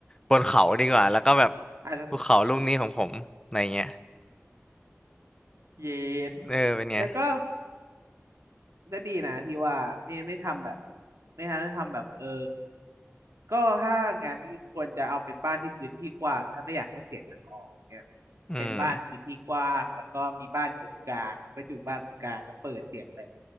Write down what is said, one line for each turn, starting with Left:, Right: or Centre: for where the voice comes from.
Left: บนเขาดีกว่าแล้วก็แบบ
Right: อาจจะ
Left: ภูเขาลูกนี้ของผมอะไรเงี้ย
Right: เย็ด
Left: เออเป็นไง
Right: แล้วก็ก็ดีนะพี่ว่าไม่ไม่ทำแบบไม่ทำไม่ทำแบบเออก็ถ้างั้นควรจะเอาเป็นบ้านที่พื้นที่กว้างถ้าไม่อยากให้เสียงมันออกเนี่ย
Left: อืม
Right: เป็นบ้านพื้นที่กว้างแล้วก็มีบ้านอยู่ตรงกลางแล้วก็อยู่บ้านตรงกลางก็เปิดเสียงไป